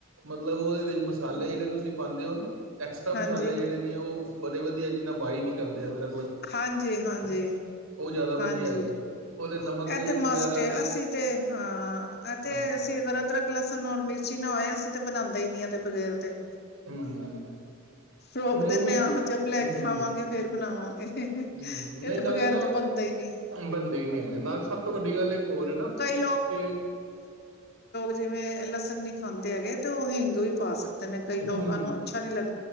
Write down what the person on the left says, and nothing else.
ਹਾਂਜੀ
ਹਾਂਜੀ, ਹਾਂਜੀ,
ਹਾਂਜੀ!
ਇਹ
ਤੇ
ਮਸਟ, ਅਸੀਂ ਤੇ, ਹਾਂ! ਇਹ ਤੇ
ਅਸੀਂ ਅਗਰ, ਅਦਰਕ, ਲਸਣ ਔਰ ੀ ਨਾ ਆਏ, ਅਸੀਂ ਤੇ ਬਣਾਉਂਦਾ ਹੀ ਨੀ ਇਹਦੇ ਬਗੈਰ ਤੇ।
ਰੋਕ
ਦੇਨਾ
ਆਹ ਜਬ ਲੈ
ਕੇ ਆਵਾਂਗੇ, ਫੇਰ ਬਣਾਵਾਂਗੇ।
ਇਹਦੇ
ਬਗੈਰ
ਤੇ ਬਣਦਾ ਹੀ ਨੀ
ਕਈ
ਜਿਂਵੇ, ਲਸਨ ਖਾਂਦੇ ਹੈਗੇ, ਤੇ ਉਹ ਹਿੰਗ ਵੀ ਪਾ ਸਕ। ਨੇ ਕਈ ਲੋਕਾਂ
ਨੂੰ, ਅੱਛਾ ਨੀ ਲੱਗ